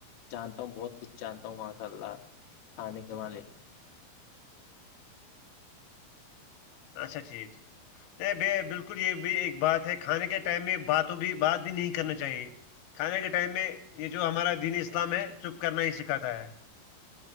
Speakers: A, on the left; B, on the left.
A: جانتا ہوں بہت کچھ جانتا ہوں ماشاء اللہ کھانے کے مے
B: اچھا ٹھیک ٹھیک نہیں بھ بالکل یہ بھی ایک بات ہے کھانے کے ٹائم میں باتوں بھی بات بھی نہیں کرنا چاہیے کھانے کے ٹائم میں یہ جو ہمارا دینی اسلام ہے چپ کرنا ہی سکھاتا ہے